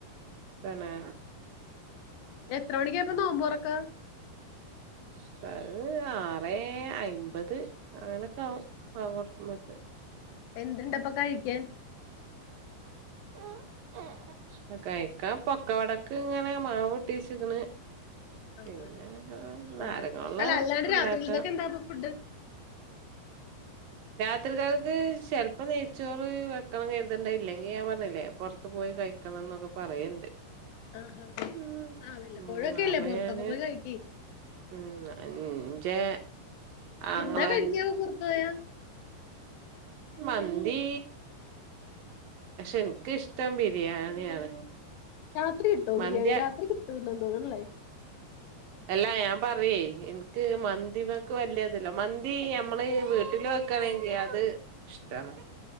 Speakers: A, on the right (about 65°); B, on the left (about 85°).
A: ആണാ
B: എത്ര മണിക്ക നോമ്പ്മുറിക്കുന്നത്
A: അത് ആറെ അയ്മ്പത് അങ്ങനെയൊക്കെ ആവും ബാങ്കൊട്ക്കു
B: എന്താപ്പൊ കഴിക്കാൻ
A: ഉം കഴിക്ക പൊക്ക വടക്ക് ഇങ്ങനെ മാവ് പൊട്ടിച്ചിക്കണ്
B: ആഹ്
A: പിന്നെ നാരങ്ങുവെള്ള
B: ഉണ്ടാക്കണം അല്ല അല്ലാണ്ട്
A: ഉണ്ടാക്കാം
B: രാത്രിയിലത്തൊക്കെ എന്താ അപ്പൊ ഫുഡ്
A: രാത്രിതേക്ക് ചെലപ്പം നെയ്ച്ചോറ് വെക്കണം ചെയഴുതിണ്ട ഇല്ലെങ്കി ഞാൻ പറഞ്ഞില്ലേ പുറത്ത് പോയി കഴിക്കണംന്നൊക്കെ പറയണ്ട്
B: ആ ഹാ
A: ഉം
B: ആ വല്ലപ്പോഴൊക്കെല്ലേ
A: ഉം അപ്പൊ
B: പെറത്തൊക്കെ
A: ഞാന്
B: പോയി കഴിക്ക്
A: ഉം ഇൻ്റെ ആങ്ങള
B: എന്താ കഴിക്കാപ്പൊ പുറത്ത്
A: <unintelligible>
B: പോയാ
A: മന്തി എനിക്ക് ഇഷ്ടം ബിരിയാണിയാണ്
B: രാത്രി കിട്ടോ
A: മന്തി
B: ബിരിയാണി രാത്രി കിട്ടൂന്ന്തോന്നുന്നില്ലേ
A: അല്ലാ ഞാൻ പറയേ എനിക്ക് മന്തിമക്ക് വലിയതില്ല മന്തി ഇ ഞമ്മള് വീട്ടില് വെക്കണെങ്കിൽ അത് ഇഷ്ടാണ്